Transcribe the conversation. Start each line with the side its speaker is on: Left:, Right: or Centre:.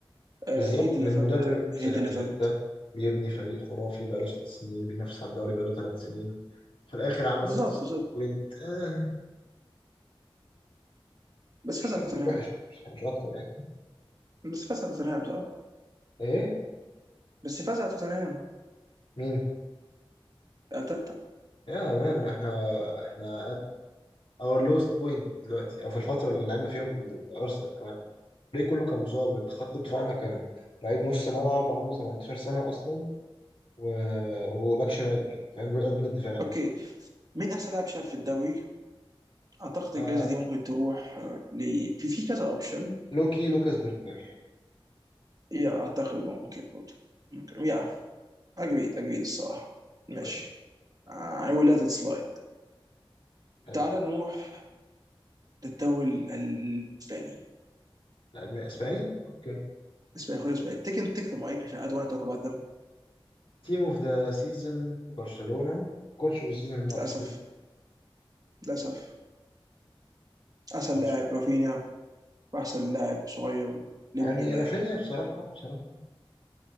Right: هي
Left: بالظبط
Right: ديليفرد
Left: من مدرب زي
Right: هي ديليفرد
Left: أرتيتا بيبني فريق خرافي بقاله ست سنين بينافس على الدوري بقاله ثلاث سنين في الآخر عمل
Right: بالظبط
Left: 66
Right: بالظبط
Left: بوينت آه
Right: بس فاز على
Left: راجل
Right: توتنهام
Left: وحش مش, مش أكتر يعني
Right: بس فاز على توتنهام صح
Left: إيه
Right: بس فاز على توتنهام
Left: مين
Right: ارتيتا
Left: يا مان إحنا إحنا at our lowest point دلوقتي أو في الفترة اللي لعبنا فيهم أرسنال كمان الفريق كله كان مصاب خط دفاعنا كان لعيب نص ملعب عنده 18 سنة أصلا و... وباك شمال فاهم رؤية قلب من الدفاع
Right: اوكي مين احسن لاعب شاب في الدوري؟ اعتقد
Left: آه،
Right: الجائزه دي ممكن تروح آه، ل في في كذا اوبشن
Left: لوكي لوكاس بيرجفال
Right: يا اعتقد ممكن برضه ممكن يا اجريد اجريد الصراحه ماشي
Left: كويس
Right: آه،
Left: كويس
Right: I will let it slide
Left: حلو
Right: تعال نروح للدوري ال- الاسباني
Left: الألماني اسباني اوكي
Right: اسباني خد اسباني تيك تيك ذا مايك عشان I don't want to talk about them
Left: تيم اوف ذا سيزون برشلونة كوتش اوف ذا سيزون
Right: للاسف
Left: فليك
Right: للاسف احسن
Left: معلش
Right: لاعب رافينيا واحسن لاعب صغير لامين
Left: يعني
Right: يامال
Left: رافينيا بصراحة بصراحة